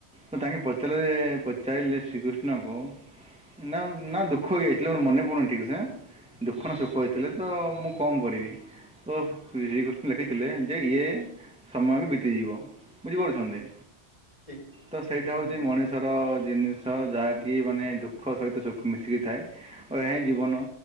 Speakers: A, in the centre; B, on the right.
A: ତ ତାଙ୍କେ ପଚାରିଲେ ପଚାରିଲେ ଶ୍ରୀକୃଷ୍ଣଙ୍କୁ ନା ନା ଦୁଃଖ ହେଇଯାଇଥିଲେ, ମୋର ମନେ ପଡୁନି ଠିକ୍ ସେ, ଦୁଃଖ ନା ସୁଖ
B: ଠିକ
A: ହେଇଥିଲେ ତ ମୁଁ କଣ କରିବି, ତ ଶ୍ରୀକୃଷ୍ଣ ଲେଖିଥିଲେ ଯେ ଇଏ ସମୟ ବି ବିତିଯିବ। ବୁଝିପାରୁଛନ୍ତି?
B: ଠିକ
A: ତ
B: ଠିକ
A: ସେଇଟା ହଉଚି
B: ହୁଁ
A: ମଣିଷର
B: ହୁଁ
A: ଜିନିଷ ଯାହାକି ମାନେ ଦୁଃ ଦୁଃଖ ସହିତ ସୁଖ ମିଶିକି ଥାଏ। ଓ ଏହା ହିଁ ଜୀବନ।